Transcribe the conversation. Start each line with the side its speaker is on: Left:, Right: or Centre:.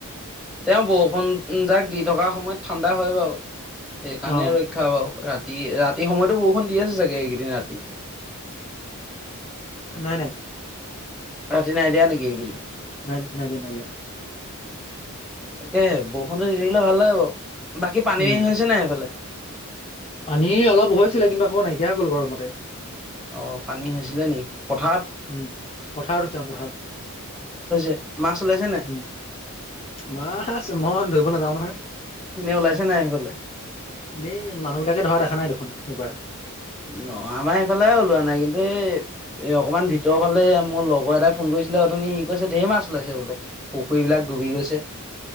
Centre: তেওঁ বৰষুণ যাক দি থকা সময়ত ঠাণ্ডা হয় বাৰু সেইকাৰণে
Left: অ
Centre: ৰক্ষা বাৰু ৰাত ৰাতি-ৰাতি সময়তো বৰষুণ দি আছে চাগে এইকেইদিন ৰাতি?
Left: নাই- নাই।
Centre: ৰাতি নাই দিয়া নেকি এইকেইদিন?
Left: নাই-নাই দিয়া-নাই দিয়া।
Centre: তাকে বৰষুণটো দি থাকিলে ভাল লাগে বাৰু, বাকী পানী
Left: উম
Centre: হৈছে নাই সেইফালে?
Left: পানী অলপ হৈছিলে কিন্তু আকৌ নাইকিয়া হৈ গ'ল গৰমতে।
Centre: অহ, পানী হৈছিলে নি? পথাৰত
Left: উম, পথাৰত আছে অহ পথাৰত।
Centre: এ মাছ ওলাইছে নাই?
Left: উম, মাছ, ম‌ই ধৰিব নাযাওঁ নহয়।
Centre: এনেই ওলাইছে নাই সেইফালে
Left: এই মানুহবিলাকে ধৰা দেখা নাই দেখোন এইবাৰ।
Centre: ন'আমাৰ সেইফালেও ওলোৱা নাই কিন্তু এ 'অকমান ভিতৰৰ ফালে মোৰ লগৰ এটাই ফোন কৰিছিলে অথনী, সি কৈছে ঢেৰ মাছ ওলাইছে বোলে। পুখুৰীবিলাক ডুবি গৈছে।